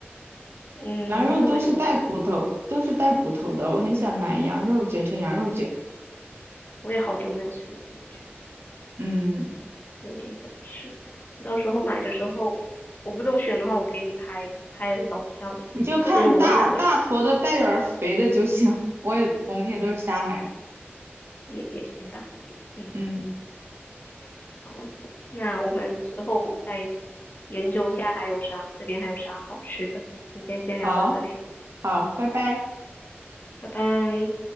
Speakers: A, on the left (about 50°); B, on the right (about 70°).
A: 嗯，
B: 羊肉都是带骨头，
A: 那就买牛肉，
B: 都是带骨头的，我很想买羊肉卷成羊肉卷，
A: 我也好久没有吃羊肉卷。
B: 嗯。
A: 有点想吃。到时候买的时候，我不懂选的话，我给你拍，拍了你帮我挑一下，
B: 你就看大大坨的带点儿肥的就行。
A: 或者我问那个人
B: 我也我们也都是瞎买的。
A: 也也行吧。嗯，
B: 嗯，
A: 好，那我们之后再研究一下还有啥，这边还有啥好吃的。今天先聊到这里，
B: 好，好，拜拜。
A: 拜拜。